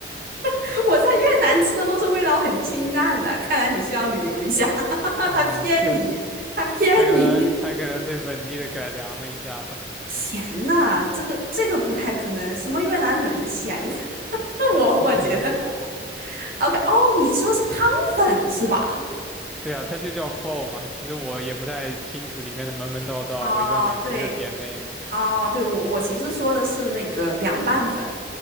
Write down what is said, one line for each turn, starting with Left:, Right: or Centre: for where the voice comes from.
Right: <laughs> 我在越南吃的都是味道很清淡的，看来你是要旅游一下。<laughs>
Centre: 嗯，
Right: 他骗你，
Centre: 确实，
Right: 他骗你，
Centre: 他可能他可能对本地的改良了一下吧。
Right: <laughs> 咸的，这个这个不太可能。什么越南粉是咸的？<laughs> 我我觉得
Centre: <laughs> 嗯，
Right: ，OK，哦，你吃的是汤粉是吧？
Centre: 对啊，他就叫 f h o 嘛。其实我也不太清楚里面的门门道道，
Right: 哦，
Centre: 我一般每次就点那个嘛。
Right: 对，哦，对，我我其实说的是那个凉拌粉。